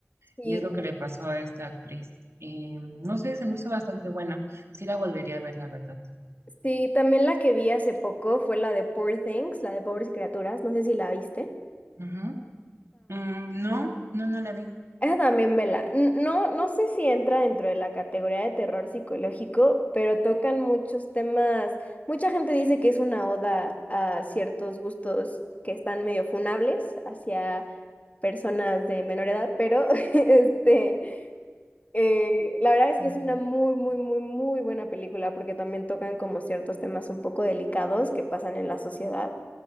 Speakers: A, on the left; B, on the right.
A: Sí,
B: Y es lo que le pasó a esta actriz. Y, no sé, se me hizo bastante buena. Sí la volvería a ver, la verdad.
A: sí, también la que vi hace poco fue la de Poor Things, la de Pobres Criaturas, no sé si la viste.
B: Ujú. Mm, no, no, no la vi.
A: Esa también vela. N- No, no sé si entra dentro de la categoría de terror psicológico, pero tocan muchos temas. Mucha gente dice que es una oda a ciertos gustos que están medio funables hacia personas de menor edad, pero <laughs> este, eh, la verdad es
B: Ujú.
A: que es una muy, muy, muy, muy buena película porque también tocan como ciertos temas un poco delicados que pasan en la sociedad.